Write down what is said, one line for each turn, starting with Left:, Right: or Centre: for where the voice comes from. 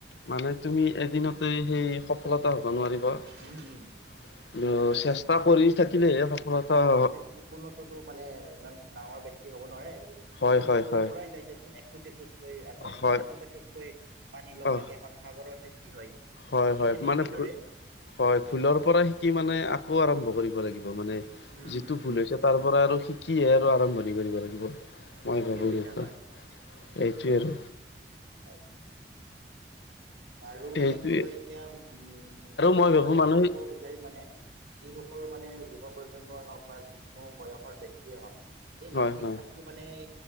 Left: মানে তুমি এদিনতে সেই সফলতা হ'ব নোৱাৰি
Right: উম উম
Left: <inaudible>
Right: হয়
Left: চেষ্টা
Right: হয়
Left: কৰি থাকিলে সফলতা স
Right: কোকোনটোটো মানে ইমান ডাঙৰ বক্তি হব নোৱাৰে। সকলোৱে
Left: হয় হয়
Right: সৰুৰ
Left: হয়
Right: পৰাই যায় দিয়াচোন এখোজ এখোজকৈ আগবাঢ়ি
Left: হয়
Right: এটুপ এটুপকৈ পানী লগ
Left: অ
Right: লাগি এখন সাগৰৰ সৃষ্টি হয়।
Left: হয়
Right: ঠিক
Left: হয়
Right: সেনে
Left: মানে
Right: সেইদৰে
Left: <inaudible> হয় ভুলৰ পৰা শিকি মানে আকৌ' আৰম্ভ কৰিব লাগিব মানে
Right: উম
Left: যিটো
Right: উম উম
Left: ভুল হৈছে। তাৰ পৰা আৰু শিকিহে আৰু আৰম্ভণি কৰিব লাগিব। মই
Right: ঠিকেই
Left: ভাবোঁ
Right: কৈছা
Left: যি
Right: হয়
Left: <inaudible> এইটোৱে
Right: উম
Left: আৰু।
Right: হয়। আৰু মানে
Left: এইটোৱে
Right: কি হয় এতিয়া উম' সেইটোৱে
Left: মই ভাবো
Right: আৰু শেষত
Left: মানসিক
Right: কব বিচাৰিম মানে। যিসকল মানে যুৱ প্ৰজন্মই হওক বা যি কোনো বয়সৰ ব্যক্তিয়ে হওক এই মানসিক
Left: হয় হয়
Right: ছা টো মানে